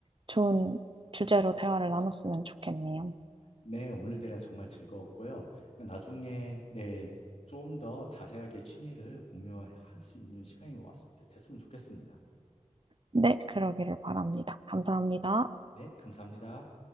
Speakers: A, on the right (about 45°); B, on the left (about 60°).
A: 좋은 주제로 대화를 나눴으면 좋겠네요.
B: 네, 오늘 대화 정말 즐거웠고요. 나중에 네, 좀 더 자세하게 취미를 공유할 수 있는 시간이 왔, 됐으면 좋겠습니다.
A: 네, 그러기를 바랍니다. 감사합니다.
B: 네, 감사합니다.